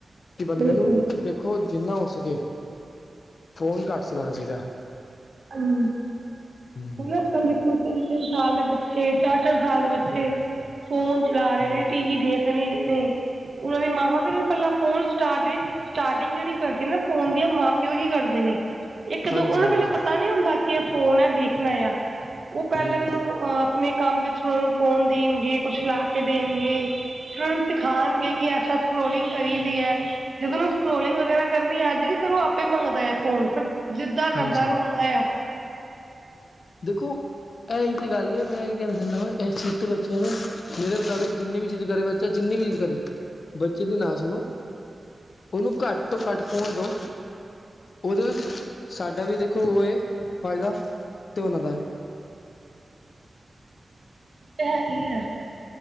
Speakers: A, on the left; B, on the right.
A: ਕਿ ਬੰਦੇ
B: ਬਿਲਕੁਲ
A: ਨੂੰ ਖੋ ਜਿੰਨਾ ਹੋ ਸਕੇ ਫੋਨ ਘੱਟ ਚਲਾਣਾ ਚਾਹੀਦਾ
B: ਹਮ
A: ਹਮ
B: ਮਤਲਬ‌ ਤੁਹੀ ਵੇਖੋ ਤਿੰਨ ਤਿੰਨ ਸਾਲ ਦੇ ਬੱਚੇ ਚਾਰ ਚਾਰ ਸਾਲ ਦੇ ਬੱਚੇ ਫੋਨ ਚਲਾ ਰਹੇ
A: ਹਮ
B: ਨੇ ਟੀ ਵੀ ਦੇਖ ਰਹੇ ਹਨੇਰੇ ਨੇ ਉਹਨਾਂ ਦੀ ਮਾਂਵਾ ਵੀ ਉਹਨਾਂ ਨੂੰ ਪੱਲਾ ਫੋਨ ਸਟਾਰਟ ਸਟਾਰਟਿੰਗ ਜਿਹੜੀ ਕਰਦੀ ਨਾ ਫੋਨ ਦੀ ਓ ਮਾਂ ਪਿਓ ਹੀ ਕਰਦੇ ਨੇ ਇੱਕ
A: ਹਾਂਜੀ
B: ਦੋ ਉਹਨੂੰ
A: ਹਾਂਜੀ
B: ਪਹਿਲ ਪਤ ਪਤਾ ਨੀ ਹੁੰਦਾ ਕੀ ਐ ਫੋਨ ਹੈ ਦੇਖਣਾ ਆ ਉਹ ਪਹਿਲੇ
A: ਹਮ
B: ਉਹਨਾਂ ਨੂੰ ਅਹ ਆਪਣੇ ਕੰਮ ਦੇ ਚ ਉਹਨਾਂ ਨੂੰ ਫੋਨ ਦੇਣਗੇ ਕੁਛ ਲਾ ਕੇ ਦੇਣਗੇ ਫਿਰ ਉਹਨਾਂ ਨੂੰ ਸਿਖਾਣਗੇ ਕਿ ਐਸਾ ਸਕਰੋਲਿੰਗ ਕਰੀ ਦੀ ਐ ਜਦੋਂ ਨੂੰ ਸਕਰੋਲਿੰਗ ਵਗੈਰਾ ਕਰਨੀ ਆ ਜੇ ਦੀਦੀ ਫਿਰ ਉਹ ਆਪੇ ਮੰਗਦਾ ਐ ਫੋਨ ਫਿਰ ਜਿੱਦਾਂ ਕਰਦਾ
A: ਹਾਂਜੀ
B: ਰੋਂਦਾ ਆ
A: ਦੇਖੋ ਇਹੀ ਤਾਂ ਗੱਲ ਹੈ ਮੈਂ ਇਹ ਕਹਿਣਾ ਚਾਹੁੰਦਾ ਹਾਂ ਇਸ ਚੀਜ਼ ਤੋ ਬੱਚਿਆਂ ਨੂੰ ਮੇਰੇ ਮੁਤਾਬਿਕ ਜਿੰਨੀ ਵੀ ਜਿੱਦ ਕਰੇ ਬੱਚਾ ਜਿੰਨੀ ਵੀ ਜਿਦ ਕਰੇ ਬੱਚੇ ਦੀ ਨਾਂ ਸੁਣੋ ਉਹਨੂੰ ਘੱਟ ਤੋਂ ਘੱਟ ਫੋਨ ਦਿਓ ਉਹਦੇ ਵਿੱਚ ਸਾਡਾ ਵੀ ਦੇਖੋ ਓ ਏ ਫਾਇਦਾ ਤੇ ਉਹਨਾਂ ਦਾ ਵੀ
B: ਹੈ ਹੀ ਆ